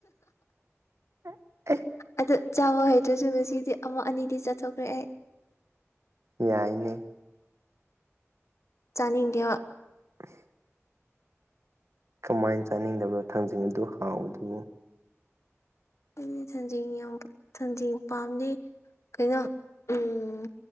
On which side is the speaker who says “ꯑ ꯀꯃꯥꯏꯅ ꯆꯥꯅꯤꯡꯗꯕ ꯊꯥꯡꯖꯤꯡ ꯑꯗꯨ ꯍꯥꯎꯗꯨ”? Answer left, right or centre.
Right